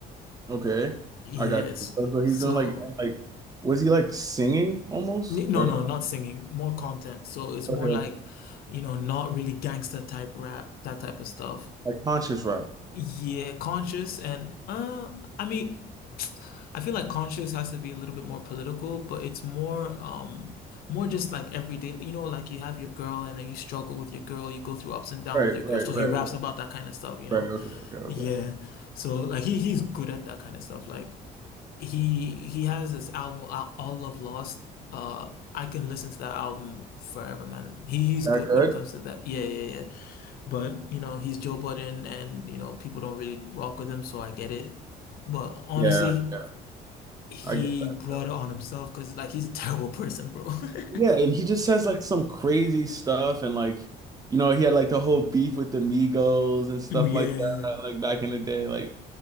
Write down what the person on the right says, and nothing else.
Okay.
I got you. So, so he's
doing like and, like was he like singing almost
or
not?
Okay.
Like conscious rock.
Right,
right,
right,
right.
Right,
okay, okay, okay.
That
good?
Yeah. yeah.
I get that
too.
Yeah,
and he just says like some crazy stuff and like you know, he had like the whole beef with the Migos and stuff
like that, like back in the day. Like